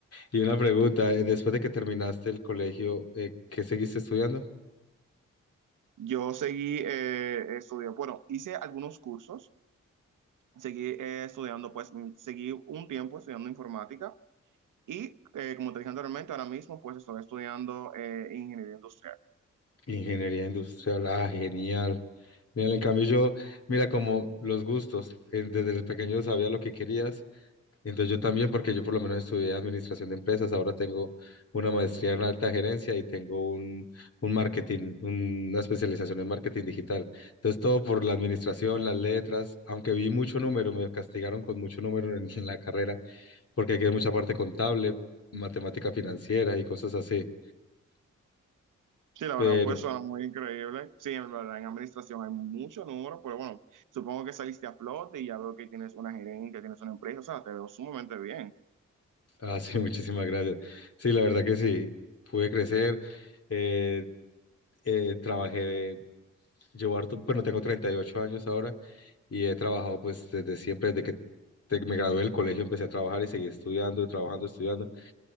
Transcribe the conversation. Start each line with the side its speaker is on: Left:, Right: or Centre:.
Left: Y una pregunta, eh, después de que terminaste el colegio, eh, ¿qué seguiste estudiando?
Right: Yo seguí eh, estudiando, bueno, hice algunos cursos, seguí eh, estudiando, pues mm, seguí un tiempo estudiando informática y eh, como te dije anteriormente, ahora mismo pues estoy estudiando eh, ingeniería industrial.
Left: Ingeniería industrial. Ah, genial. Mira, en cambio yo, mira, como los gustos, eh, desde pequeño sabía lo que querías Entonces yo también, porque yo por lo menos estudié administración de empresas, ahora tengo una maestría en alta gerencia y tengo un, un marketing, una especialización en marketing digital. Entonces todo por la administración, las letras, aunque vi mucho número, me castigaron con mucho número en, en la carrera, porque hay que ver mucha parte contable, matemática financiera y cosas así.
Right: Sí, la
Left: Pero,
Right: verdad pues suena muy increíble. Sí, en verdad en administración hay mucho número, pero bueno, supongo que saliste a flote y ya veo que tienes una gerencia, tienes una empresa, o sea, te veo sumamente bien.
Left: ah, sí, <laughs> muchísimas gracias. Sí, la verdad que sí, pude crecer. eh, eh, trabajé Llevo harto, bueno, tengo 38 años ahora y he trabajado pues desde siempre, desde que te- me gradué del colegio empecé a trabajar y seguí estudiando, trabajando, estudiando.